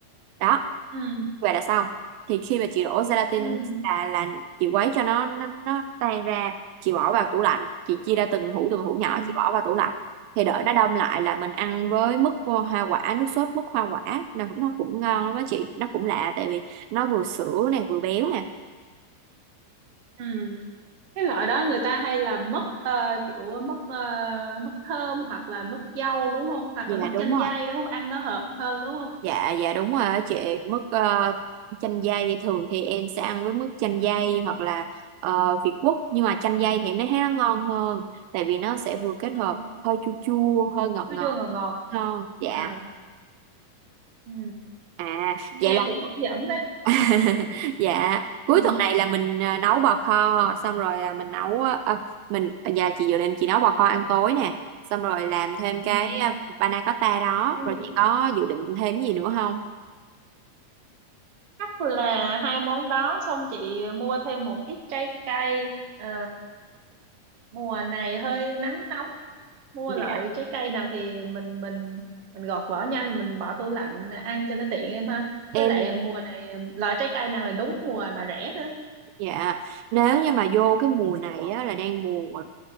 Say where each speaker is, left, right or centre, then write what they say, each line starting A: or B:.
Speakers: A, on the right (about 80°); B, on the right (about 45°).
A: đó
B: ừ
A: và đã xong thì khi mà chị đổ gelatin
B: ừ
A: là là chị quấy cho nó nó, nó tan ra chị bỏ vào tủ lạnh chị chia ra từng hũ từng hũ nhỏ
B: ừ
A: chị bỏ vào tủ lạnh thì
B: ừ
A: đợi nó đông lại là mình ăn với mứt hoa quả nước sốt mứt hoa quả nó nó cũng ngon lắm đó chị nó cũng lạ tại vì nó vừa sữa này vừa béo nè
B: ừ cái loại đó người ta hay là mứt ờ, kiểu mứt ờ, mứt thơm hoặc là mứt dâu đúng không hoặc
A: dạ
B: là mứt
A: đúng
B: chanh
A: rồi
B: dây đúng không ăn nó hợp hơn đúng không
A: Dạ dạ đúng rồi á chị mức ờ, chanh dây thường thì em sẽ ăn với mức chanh dây hoặc là ờ, Việt Quất nhưng mà chanh dây thì em thấy nó ngon hơn tại vì nó sẽ vừa kết hợp
B: ừ.
A: hơi chua chua hơi ngọt
B: chua
A: ngọt
B: chua ngọt ngọt
A: ngon dạ
B: à ừ.
A: à
B: nghe
A: vậy là
B: cũng hấp dẫn đấy
A: <laughs> dạ
B: <laughs>
A: cuối
B: ừ.
A: tuần này là mình ờ, nấu bò kho xong rồi là mình nấu ờ, ờ, mình dạ chị dự định chị nấu bò kho ăn tối nè xong rồi làm thêm
B: Ừ.
A: cái ờ, panna cotta đó
B: em
A: rồi
B: thì
A: chị có dự định thêm gì nữa không
B: chắc là hai món đó xong chị mua thêm một ít trái cây Ờ, mùa này hơi nắng nóng mua
A: Dạ.
B: loại trái cây nào thì mình mình mình gọt vỏ nhanh mình bỏ tủ lạnh ăn cho nó tiện em ha với
A: Em
B: lại mùa này loại trái cây nào thì đúng mùa mà rẻ nữa
A: Dạ, nếu như mà vô cái mùa này á, là đang mùa